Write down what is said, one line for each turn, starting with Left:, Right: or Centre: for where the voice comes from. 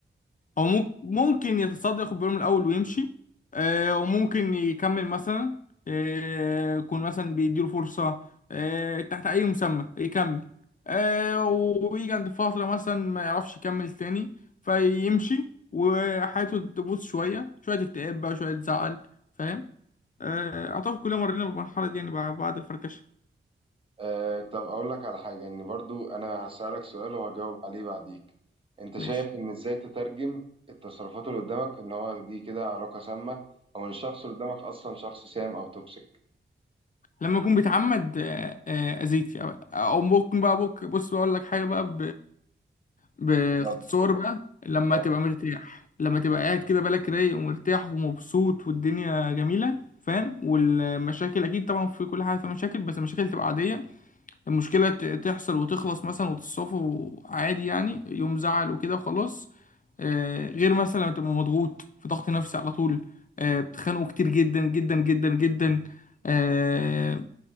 Left: هو مم- ممكن يتصدى ياخد باله من الاول ويمشي آه وممكن يكمل مثلا آه يكون مثلا بيديله فرصه آه تحت اي مسمى يكمل آه ويجي عند فتره مثلا ما يعرفش يكمل تاني فيمشي وحياته تبوظ شويه شويه اكتئاب بقى شويه زعل فاهم آه اعتقد كلنا مرينا بالمرحله دي يعني بعد بعد الفركشه
Right: آه طب اقول لك على حاجه ان برضو انا هسالك سؤال وهجاوب عليه بعديك انت شايف
Left: ماشي
Right: ان ازاي تترجم التصرفات اللي قدامك ان هو دي كده علاقه سامه او ان الشخص اللي قدامك اصلا شخص سام او توكسيك
Left: لما يكون بيتعمد آه، آه، اذيك او أو ممكن بقى بك بص بقول لك حاجه بقى باختصار
Right: بجد
Left: بقى لما
Right: اه
Left: تبقى مرتاح لما تبقى قاعد كده بالك رايق ومرتاح ومبسوط والدنيا جميلة فاهم والمشاكل اكيد طبعا في كل حاجه في مشاكل بس المشاكل تبقى عاديه المشكله ت- تحصل وتخلص مثلا وتتصافوا عادي يعني يوم زعل وكده وخلاص آه، غير مثلا لما تبقى مضغوط في ضغط نفسي على طول آه، بتخانقوا كتير جدا جدا جدا جدا آه،